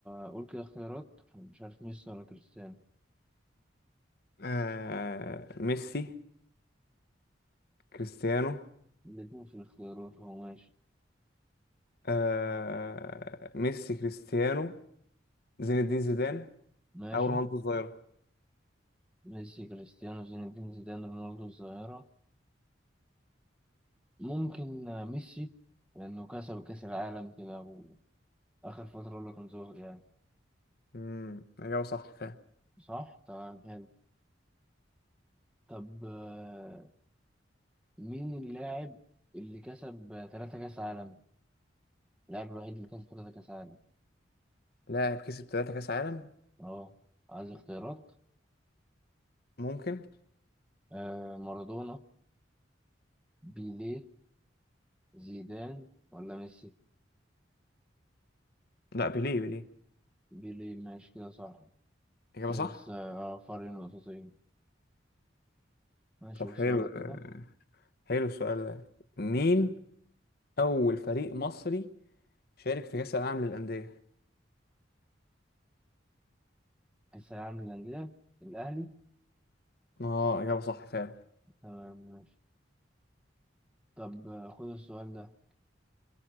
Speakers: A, in the centre; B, on the left (about 55°).
A: هقول كده اختيارات مش عارف ميسي ولا كريستيانو
B: آه، ميسي كريستيانو
A: الاتنين في الاختيارات هو ماشي
B: آه، ميسي كريستيانو زين الدين زيدان
A: ماشي
B: أو رونالدو الظاهرة
A: ميسي كريستيانو زين الدين زيدان رونالدو الظاهرة ممكن آه، ميسي لأنه كسب كأس العالم كده وآخر فترة اللي كان ظاهر يعني
B: امم إجابة صح فعلا
A: صح تمام حلو طب آه، مين اللاعب اللي كسب آه، تلاتة كأس عالم اللاعب الوحيد اللي كسب تلاتة كأس عالم
B: لاعب كسب ثلاثة كأس عالم
A: اه عايز اختيارات
B: ممكن
A: آه مارادونا بيليه زيدان ولا ميسي
B: لا بيليه بيليه
A: بيليه ماشي كده صح
B: إجابة
A: كده
B: صح
A: لسه اه فرق نقطتين ماشي
B: طب
A: قول
B: حلو
A: سؤالك
B: آه،
A: كده
B: حلو السؤال ده مين أول فريق مصري شارك في كأس العالم للأندية
A: الثانوية العامة للأندية الأهلي
B: اه إجابة صح فعلا
A: تمام ماشي طب آه، خد السؤال ده